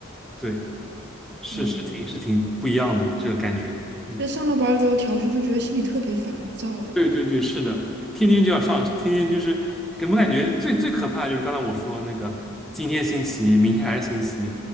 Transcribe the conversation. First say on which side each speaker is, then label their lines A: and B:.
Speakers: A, in the centre; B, on the right.
A: 对，是是挺是挺不一样的这个感觉。
B: 嗯，
A: 嗯。
B: 就上了班儿之后调休，就觉得心里特别烦躁，
A: 对对对，是的，天天就要上，天天就是给我们感觉最最可怕的就是刚才我说的那个，今天星期一，明天还是星期一，